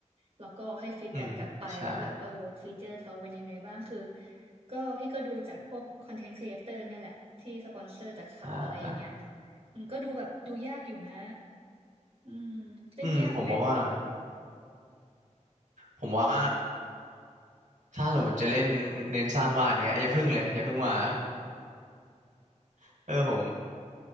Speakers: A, on the right (about 55°); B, on the right (about 80°).
A: แล้วก็ให้ฟีดแบ็กกลับไปว่าแบบเออฟีเจอร์เขาเป็นยังไงบ้างคือ
B: อืมใช่
A: ก็พี่ก็ดูจากพวกคอนเทนต์ครีเอเตอร์เนี่ยแหละที่สปอนเซอร์จากเขาอะไรอย่างเงี้ย
B: อ่าอ่า
A: อืมก็ดูแบบดูยากอยู่นะ อืมเล่นยากไหม
B: อืมผมว่าว่าผมว่าถ้าสมมติจะเล่นเน้นสร้างบ้านเงี้ยอย่าพึ่งเลยอย่าพึ่งมา <laughs> เออผม